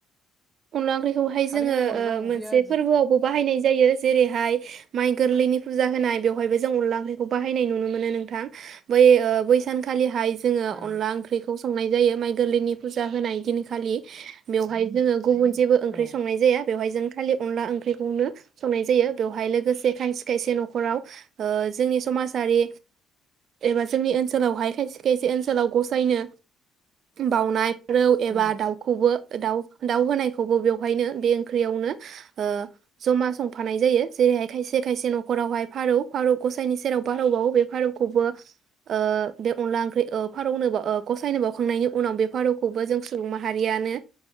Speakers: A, on the right; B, in the centre.
A: अनदला ओंख्रिखौहाय
B: थारैनो
A: जोङो
B: अनला
A: ओ
B: ओंख्रिया
A: मोनसे
B: जो
A: फोरबोआवबो बाहायनाय जायो जेरैहाय माइ गोरलैनि फुजा होनाय बेवहायबो जों अनला ओंख्रिखौ बायनाय नुनो मोनो नोंथां। बै ओ बै सानखालिहाय जोङो
B: ओ
A: अनला ओंख्रिखौ सं संनाय जायो माइ गोरलैनि फुजा होनाय दिनखालि बेवहाय जोङो गुबुन जेबो ओंख्रि
B: ओ
A: संनाय जाया। बेवहाय जों खालि अनला ओंख्रिखौनो संनाय जायो। बेवहाय लोगोसे खायसे खायसे न'खराव ओ जोंनि समाजारि एबा जोंनि ओनसोलावहाय खायसे खायसे ओनसोलाव गसायनो बावउनाय रौ एबा
B: औ उम
A: दाउखौबो ओ दाउ दाउ होनायखौबो बेवहायनो बे ओंख्रियावनो ओ जमा संफानाय जायो। जेरैहाय खायसे खायसे न'खरावहाय फारौ फारौ गसायनि सेराव फारौ बावो बे फारौखौबो ओ बे अनला ओंख्रि ओ फारौनो बो ओ बाव गसायनो बावखांनायनि उनाव बे फारौखौबो जों सुबुं माहारियानो